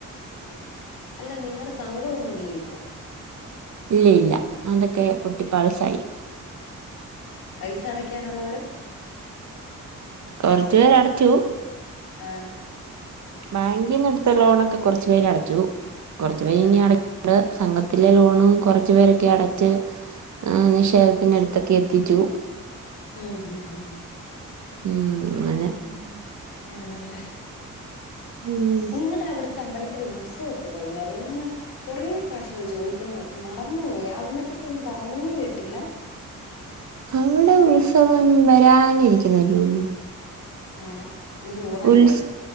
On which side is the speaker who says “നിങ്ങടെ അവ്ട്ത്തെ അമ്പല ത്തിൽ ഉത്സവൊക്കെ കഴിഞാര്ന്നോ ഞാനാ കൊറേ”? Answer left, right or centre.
Left